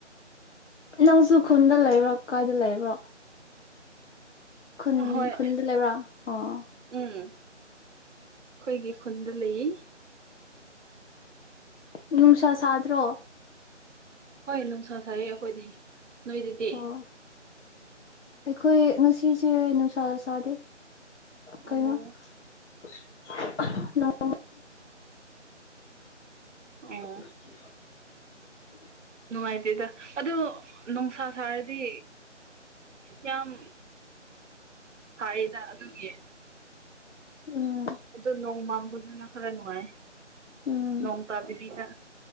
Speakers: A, on the left; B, on the right.
A: ꯅꯪꯁꯨ ꯈꯨꯟꯗ ꯂꯩꯕ꯭ꯔꯣ ꯀꯥꯏꯗ ꯂꯩꯕ꯭ꯔꯣ ꯈꯨꯟ
B: ꯍꯣꯏ
A: ꯈꯨꯟꯗ ꯂꯩꯕ꯭ꯔꯥ ꯑꯣ
B: ꯎꯝ ꯑꯩꯈꯣꯏꯒꯤ ꯈꯨꯟꯗ ꯂꯩꯏ
A: ꯅꯨꯡꯁꯥ ꯁꯥꯗ꯭ꯔꯣ
B: ꯍꯣꯏ ꯅꯨꯡꯁꯥ ꯁꯥꯏꯌ‌ꯦ ꯑꯩꯈꯣꯏꯗꯤ ꯅꯣꯏꯗꯗꯤ
A: ꯑꯣ ꯑꯩꯈꯣꯏ ꯉꯁꯤꯁꯦ ꯅꯨꯡꯁꯥ ꯁꯥꯥꯗꯦ ꯀꯩꯅ‌ꯣ
B: ꯑꯣ
A: <unintelligible> ꯅ‌ꯣꯡ <inaudible>
B: ꯑꯣ ꯅꯨꯡꯉꯥꯏꯇꯦꯗ ꯑꯗꯣ ꯅ‌ꯣꯡꯁꯥ ꯁꯥꯔꯗꯤ ꯌꯥꯝ ꯍꯥꯏꯗ ꯑꯗꯨꯒꯤ
A: ꯎꯝ
B: ꯑꯗꯨ ꯅꯣꯡ ꯃꯥꯟꯕꯗꯨꯅ ꯈꯔ ꯅꯨꯡꯉꯥꯏ
A: ꯎꯝ
B: ꯅꯣꯡ ꯇꯥꯗꯕꯤꯗ